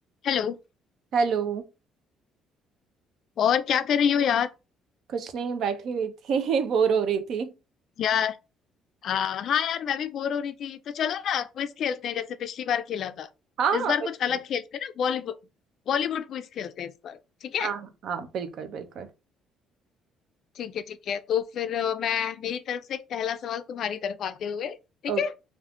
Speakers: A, on the left; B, on the right.
A: Hello
B: Hello
A: और क्या कर रही हो यार
B: कुछ नहीं बैठी हुई थी <laughs> बोर हो रही थी
A: यार आ, हाँ यार मैं भी बोर हो रही थी तो चलो ना क्विज खेलते हैं जैसे पिछली बार खेला था
B: हाँ
A: इस बार
B: बिल्कुल
A: कुछ अलग खेलते हैं ना बॉलीवुड बॉलीवुड क्विज खेलते हैं इस बार ठीक
B: हाँ
A: है
B: हाँ बिल्कुल बिल्कुल
A: ठीक है ठीक है तो फिर अ, मैं मेरी तरफ से एक पहला सवाल तुम्हारी तरफ आते हुए ठीक
B: ओ,
A: है